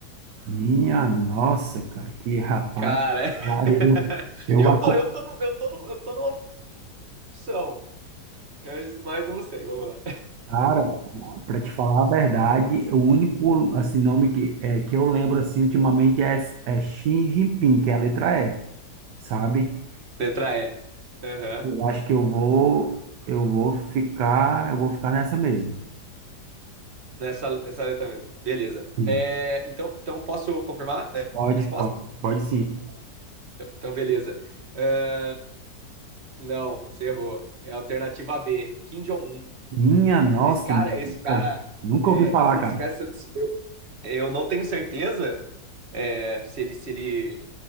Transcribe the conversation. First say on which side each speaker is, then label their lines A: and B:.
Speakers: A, on the right; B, on the right.
A: Minha nossa, cara, que rapaz.
B: Cara,
A: Ah, Eu,
B: <laughs>
A: eu,
B: eu
A: aco-
B: tô, eu tô, no, eu tô, no, eu tô numa opção. Mas, mas eu não sei, vamos lá.
A: cara, para te falar a verdade, o único assim, nome que, é, que eu lembro assim, ultimamente é, é Xi Jinping, que é a letra E, sabe?
B: Letra E. Aham.
A: Eu acho que eu vou, eu vou ficar, eu vou ficar nessa mesmo.
B: Nessa, nessa letra mesmo. Beleza.
A: Sim.
B: É, então, então, posso confirmar a
A: Pode,
B: resposta?
A: pode, pode sim.
B: Então, beleza. É, não, você errou. É a alternativa B, Kim Jong-un.
A: Minha nossa,
B: Esse cara, esse
A: nunca,
B: cara.
A: nunca
B: É,
A: ouvi falar,
B: esse, esse
A: cara.
B: cara, se- se- eu, eu não tenho certeza é, se ele, se ele